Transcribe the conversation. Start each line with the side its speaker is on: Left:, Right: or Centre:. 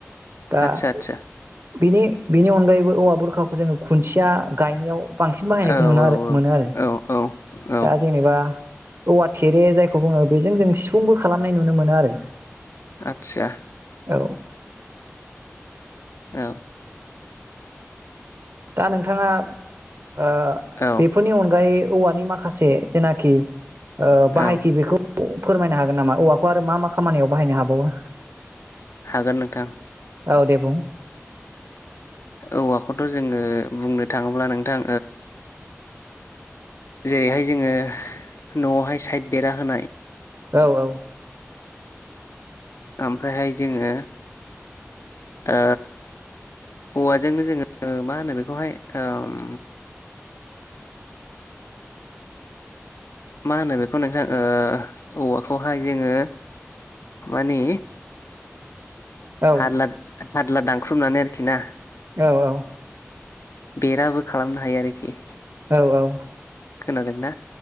Right: दानि
Left: आदसा आदसा
Right: बेनि अनगायैबो औ बुरखाखौ जोङो खुन्थिया गायनायाव बांसिन बाहायनायखौ
Left: औ
Right: नु आरो मोनो आरो।
Left: औ औ औ
Right: दा जेनेबा औवा थेरे जायखौ बुङो बेजों जों सिफुंबो खालामनाय नुनो मोनो आरो।
Left: आतसा
Right: औ
Left: औ
Right: दा नोंथाङा ओ
Left: औ
Right: बेफोरनि अनगायै औवानि माखासे जेनाखि बाहायथि
Left: औ
Right: बेखौ फोरमायनो हागोन नामा? औवाखौ आरो मा मा खामानियाव बाहायनो हाबावो?
Left: हागोन नोंथां।
Right: औ दे बुं
Left: औवाखौथ' जोङो बुंनो थाङोब्ला नोंथां जेरैहाय जोङो न'आवहाय साइद बेरा होनाय
Right: औ औ
Left: ओमफ्रायहाय जोङो ओ औवाजोंनो जोङो मा होनो बेखौहाय ओम मा होनो बेखौ नोंसां औवाखौहाय जोङो मानि
Right: औ
Left: हारला हारला दां खुख्रुबनानै आरोखि ना
Right: औ औ।
Left: बेराबो खालामनो हायो आरोखि।
Right: औ औ।
Left: खोनादोंना?